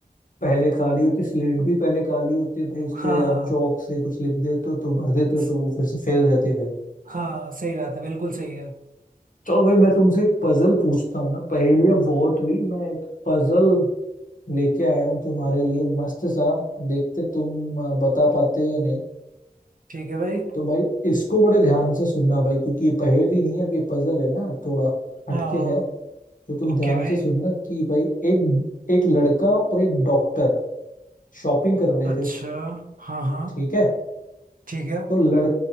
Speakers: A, on the left (about 55°); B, on the right (about 60°).
A: पहले काली होती है स्लेट भी पहले काली होती है भाई उस
B: हाँ
A: पे
B: हाँ
A: आप चौक से कुछ लिख देते हो तो भर देते
B: स-
A: हो तो वो फिर से फेल हो जाती है भाई
B: हाँ सही बात है बिल्कुल सही है
A: चलो भाई मैं तुमसे एक पजल पूछता हूँ ना पहेलियां बहुत हुई मैं एक पजल लेके आया हूँ तुम्हारे लिए मस्त सा देखते तुम अ, बता पाते हो या नहीं
B: ठीक है भाई
A: तो भाई इसको बड़े ध्यान से सुनना भाई क्योंकि ये पहेली नहीं है अब ये पजल है ना थोड़ा हटके
B: हाँ
A: है तो तुम
B: ओके
A: ध्यान
B: भाई
A: से सुनना कि भाई एक एक लड़का और एक डॉक्टर शॉपिंग कर रहे
B: अच्छा
A: थे
B: हाँ हाँ
A: ठीक है
B: ठीक है
A: तो लड़